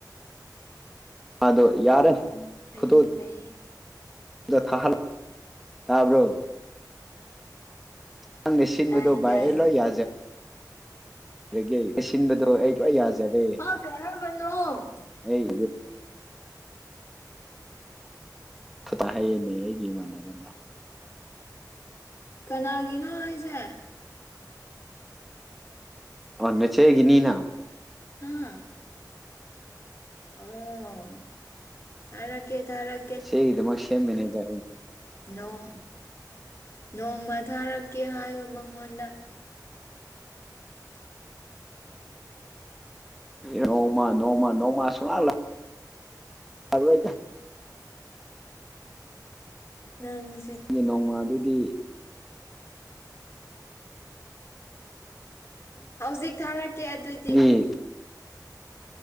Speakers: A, in the centre; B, on the left.
A: ꯑꯗꯣ
B: ꯑꯣ
A: ꯌꯥꯔꯦ
B: ꯐꯩꯌꯦ
A: ꯐꯣꯇꯣꯗ
B: ꯐꯩꯌꯦ
A: <unintelligible> ꯇꯥꯕ꯭ꯔꯣ ꯅꯪꯅ ꯁꯤꯟꯕꯗꯣ
B: ꯇꯥꯏ ꯇꯥꯏ
A: ꯕꯥꯥꯏ ꯑꯩ ꯂꯣꯏ ꯌꯥ ꯑꯗꯒꯤ ꯑꯩ ꯁꯤꯟꯕꯗꯣ ꯑꯩ ꯂꯣꯏ ꯌꯥꯖꯔꯦ
B: ꯍꯥ ꯀꯔꯝꯕꯅꯣ
A: ꯑꯩ ꯈꯨꯗꯥ ꯍꯩꯌꯦꯅꯦ ꯑꯩꯒꯤ ꯏꯃꯥꯟꯅꯕꯅ
B: ꯀꯅꯥꯒꯤꯅꯣ ꯍꯥꯏꯁꯦ?
A: ꯑꯣ ꯅꯆꯦ ꯒꯤꯅꯤꯅ
B: ꯍꯥ ꯑꯣ ꯊꯔꯀꯦ ꯊꯔꯥ
A: ꯁꯤꯦ ꯏꯗ ꯃꯥ ꯁꯦꯝꯃꯤꯅꯦꯗ
B: ꯅꯣꯡ ꯅꯣꯡꯃ ꯊꯥꯔꯛꯀꯦ ꯍꯥꯏꯌꯨ ꯃꯉꯣꯟꯗ
A: ꯅꯧ ꯃꯥ ꯅꯧ ꯃꯥ ꯅꯧ ꯃꯥ ꯁꯣ ꯂꯜꯂ ꯐꯔꯋꯥ
B: ꯅꯪ
A: ꯒꯤ ꯅꯣꯡꯃꯥꯗꯨꯗꯤ
B: ꯍꯧꯖꯤꯛ ꯊꯥꯔꯛꯀꯦ ꯑꯗꯨꯗꯤ
A: ꯑꯩꯗꯤ